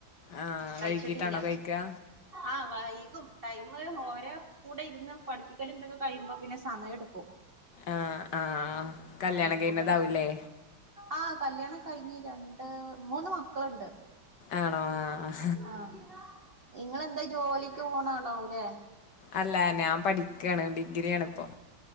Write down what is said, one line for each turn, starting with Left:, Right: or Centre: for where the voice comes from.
Left: ആഹ്
Right: കഴിച്ചിട്ടില്ല.
Left: വൈകീട്ടാണോ കഴിക്കാ
Right: ആഹ് വൈകും ടൈമും ഓരോ കൂടെ ഇരുന്ന് പഠിപ്പിക്കൽ എന്തൊക്കെ കഴിയുമ്പോ പിന്നെ സമയം എടുക്കും.
Left: ആഹ് ആഹ് കല്യാണം
Right: അപ്പ
Left: കഴിഞ്ഞതാവൂല്ലേ
Right: പ്പെ. ആഹ് കല്യാണം കഴിഞ്ഞ് രണ്ട്, മൂന്ന് മക്കള്ണ്ട്.
Left: ആണോ? ആഹ് ആഹ്
Right: ആഹ്. ഇങ്ങളെന്താ ജോലിക്ക് പോണാളാവൂലേ?
Left: അല്ല. നാം പഠിക്കാണ്. ഡിഗ്രിയാണ് പ്പൊ.